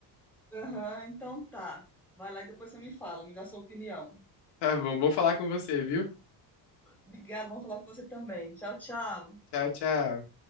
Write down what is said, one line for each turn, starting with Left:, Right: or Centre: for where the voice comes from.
Centre: Aham, então tá. Vai lá e depois você me fala, me dá sua opinião.
Left: Tá bom, bom falar com você, viu?
Centre: Obrigada, vamos falar com você também. Tchau, tchau.
Left: Tchau, tchau.